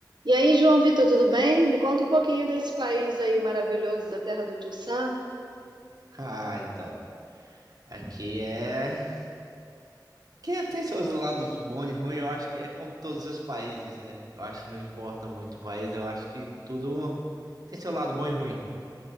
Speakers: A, on the right; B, on the right.
A: E aí, João Vitor, tudo bem? Me conta um pouquinho desse país aí maravilhoso, da terra do Tio Sam.
B: Ah, então. Aqui é. Que tem seus lados bons e ruins, eu acho que é como todos os países, né? Eu acho que não importa muito o país, eu acho que tudo tem seu lado bom e ruim.